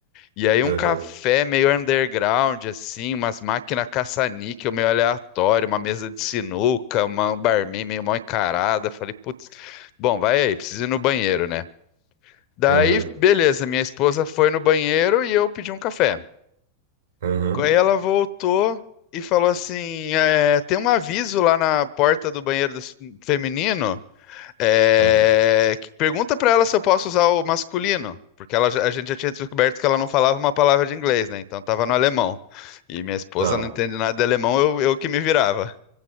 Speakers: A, on the left; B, on the right.
A: E aí
B: Aham,
A: um café meio underground, assim, umas máquinas caça-níquel meio aleatório, uma mesa de sinuca, uma um barman meio mal encarada. Falei, putz, bom, vai aí, preciso ir no banheiro, né? Daí,
B: aham,
A: beleza, minha esposa foi no banheiro e eu pedi um café.
B: aham,
A: Aí ela voltou e falou assim, é, tem um aviso lá na porta do banheiro do- s- feminino é,
B: aham.
A: que- Pergunta pra ela se eu posso usar o masculino, porque ela já- a gente já tinha descoberto que ela não falava uma palavra de inglês, né? Então tava no alemão. E minha esposa
B: Tá.
A: não entende nada de alemão, eu, eu que me virava.